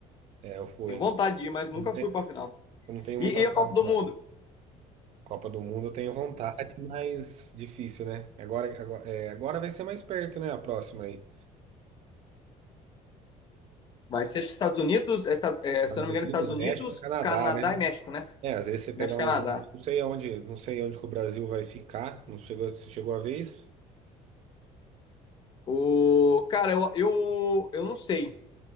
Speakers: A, on the right (about 50°); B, on the left (about 30°).
A: é, eu fui.
B: Tenho vontade de ir, mas nunca
A: Eu não te-
B: fui pra final.
A: eu não tenho
B: E,
A: muita
B: e
A: sorte,
B: a Copa do
A: não.
B: Mundo?
A: Copa do Mundo eu tenho vontade, mas difícil, né? Agora, agora, é, agora vai ser mais perto, né? A próxima aí.
B: Vai ser, acho que Estados Unidos, é, é,
A: Estados
B: se eu não me
A: Unidos,
B: engano, Estados Unidos,
A: México e Canadá,
B: Canadá
A: né?
B: e México, né?
A: É, às vezes você pegar
B: México
A: um
B: e Canadá.
A: jogo. eu Não sei aonde, não sei onde que o Brasil vai ficar. Não chegou, você chegou a ver isso?
B: O, cara, eu, eu, eu não sei.